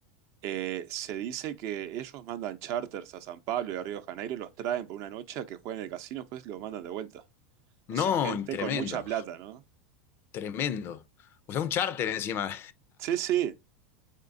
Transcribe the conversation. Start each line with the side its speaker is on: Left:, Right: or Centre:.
Right: Eh, se dice que ellos mandan charters a San Pablo y a Río de Janeiro, los traen por una noche a que jueguen en el casino, después los mandan de vuelta. O sea,
Left: No,
Right: gente
Left: tremendo,
Right: con mucha plata, ¿no?
Left: tremendo. O sea, un charter encima.
Right: Sí, sí.